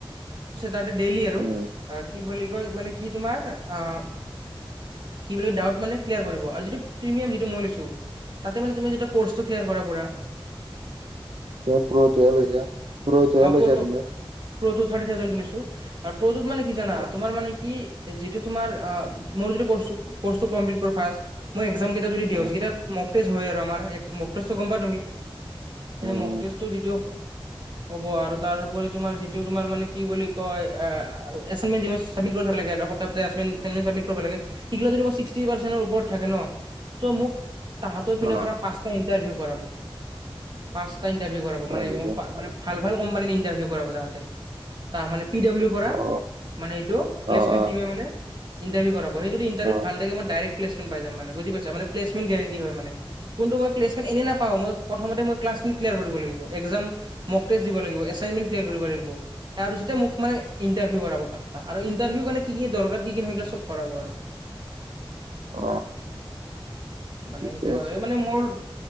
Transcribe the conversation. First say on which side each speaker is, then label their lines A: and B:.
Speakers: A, on the right; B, on the right.
A: তাতে ডেইলি আৰু,
B: উম
A: কি বুলি কয়, মানে কি তোমাৰ অ ডাউট মানে ক্লাৰ কৰিব। আৰু যিটো প্ৰিমিয়াম যিটো মই লৈছো। তাতে মানে তুমিটা কৰ্চটো ক্লিয়াৰ কৰা পোৰা
B: তই পো তই লৈ পু <unintelligible> এল
A: অ প্ৰ
B: ছ তুমি
A: প্ৰটো থাৰ্টি থাওজেণ্ডটো লইছো আৰু প্ৰটোত মানে কি জানা,
B: অ
A: তোমাৰ মানে কি যিটো তোমাৰ আ মোৰ যিটো কৰ্ছটো কৰ্ছটো কম্প্লিট ৰখাই মই এক জাম কেইটা যদি দিওঁ
B: উম
A: যিকেইটাত মক টেষ্ট হয় আৰু আমাৰ এক মক টেষ্টো গম পোৱা তুমি? সেই
B: উম
A: মক টেষ্টটো যিটো হ'ব আৰু তাৰওপৰি তোমাৰ যি তোমাৰ মানে কি বুলি কয় এ এচাইনমেণ্ট যিবোৰ চাবমিট কৰি থাকিলে গে এটা সপ্তাহতে এচাইনমেণ্ট এচাইনমেণ্ট চাবমিট কৰিব লাগে। থাকে সিগিলা যদি মই ছিক্সটি পাৰ্চেণ্টৰ ওপৰত থাকেন, ত মোক তাহতৰ
B: অ
A: পিনৰ পৰা পাঁচটা ই টাৰভিউ কৰাব, পাঁচটা ইণ্টাৰভিউ কৰাব
B: হয়
A: মানে
B: নেকি
A: মই ফাঁ মানে ফাঁ ভাল ভাল কোম্পানীত ইণ্টাৰভিউ কৰাব তাহাতে, তাৰ মানে পি ডাব্লিউৰ পৰা,
B: অ
A: মানে এইটো প্লেচমেণ্ট
B: অ অ
A: টিমে মানে ইণ্টাৰভিউ কৰাব। হয়েই যদি ইণ্টাৰভিওত
B: অ
A: ভালে থাকে, মই ডাইৰেক্ট প্লেছমেণ্ট পাই যাম মানে বুজি পাইছ মানে প্লেছমেণ্ট গেৰেণ্টি হয় মানে। কোনটো মই প্লেচমেট এনেই নাপাওঁ মই প্ৰথমতে মই ক্লাছখিনি ক্লিয়াৰ কৰিব লাগিব, একজাম মক টেষ্ট দিব লাগিব, এচাইনমেণ্ট ক্লিয়াৰ কৰিব লাগিব, তাৰপিছতে মোক মানে ইণ্টাৰভিউ কৰাব পাঁচটা আৰু ইন্টাৰভিউ মানে কি কি দৰকাৰ কি কি নহয় এইবিলাক চব কৰাব আৰু।
B: অ
A: মানে
B: ঠিকে
A: সেইটো
B: আছে
A: আৰু এই মানে মোৰ